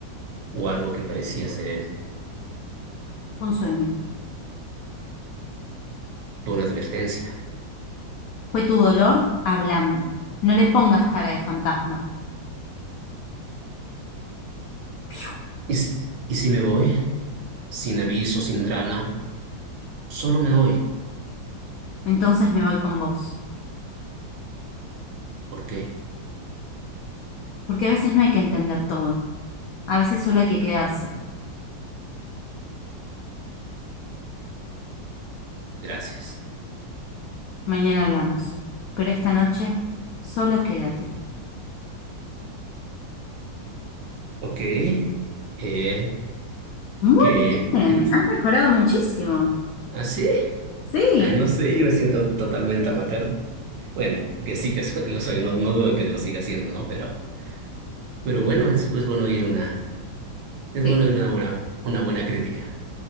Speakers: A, on the right; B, on the left.
A: O algo que parecía ser él.
B: Fue Un sueño.
A: Fue una advertencia.
B: Fue tu dolor hablando. No le pongas cara de fantasma. Piu.
A: ¿Y, s- y si me voy? Sin aviso, sin drama, solo me voy.
B: Entonces me voy con vos.
A: ¿Por qué?
B: Porque a veces no hay que entender todo. A veces solo hay que quedarse.
A: Gracias.
B: Mañana hablamos. Pero esta noche, solo quédate.
A: Ok. Eh,
B: Muy
A: ¿qué,
B: bien,
A: qué hice?
B: has mejorado muchísimo.
A: ¿Ah, sí?
B: Sí.
A: Ay, no sé, yo me siento totalmente amateur. Bueno, que sí que so- lo soy, no, no dudo que lo siga siendo, ¿no? Pero, pero bueno, es, es bueno oír una, es
B: Te
A: bueno oír una buena, una buena crítica.